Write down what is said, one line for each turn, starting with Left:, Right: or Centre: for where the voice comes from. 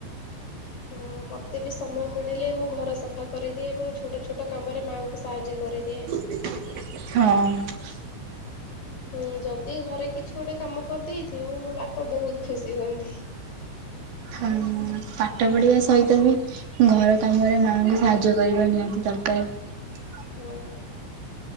Left: ହଁ ମତେ ବି ସମୟ ମିଳିଲେ ମୁଁ ଘର ସଫା କରିଦିଏ ଏବଂ ଛୋଟ ଛୋଟ କାମରେ ମାଆଙ୍କୁ ସାହାଯ୍ୟ କରିଦିଏ।
Right: ହଁ।
Left: ହୁଁ ଯଦି ଘରେ କିଛି ଗୋଟେ କାମ କରିଦେଇଥିବୁ ମୋ ବାପା ବହୁତ ଖୁସି ହୁଅନ୍ତି।
Right: ହଁ। ପାଠ ପଢିବା ସହିତ ବି ଘର କାମରେ ମାଙ୍କୁ ସାହାଯ୍ୟ କରିବା ନିହାତି ଦରକାର।
Left: ହଁ।